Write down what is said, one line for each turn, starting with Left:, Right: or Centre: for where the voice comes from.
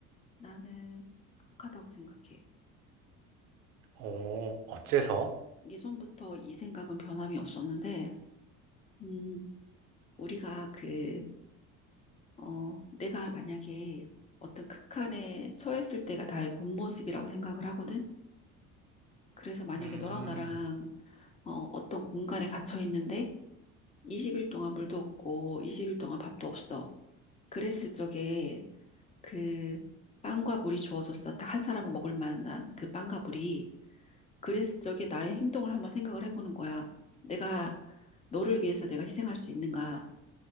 Left: 나는 악하다고 생각해.
Right: 어, 어째서?
Left: 예전부터 이 생각은 변함이 없었는데, 음, 우리가 그, 어, 내가 만약에 어떤 극한에 처했을 때가 나의 본 모습이라고 생각을 하거든? 그래서 만약에
Right: 음,
Left: 너랑 나랑 어, 어떤 공간에 갇혀 있는데, 20일 동안 물도 없고, 20일 동안 밥도 없어. 그랬을 적에 그 빵과 물이 주어졌어. 딱 한 사람은 먹을 만한 그 빵과 물이. 그래서 저게 나의 행동을 한번 생각을 해보는 거야. 내가 너를 위해서 내가 희생할 수 있는가?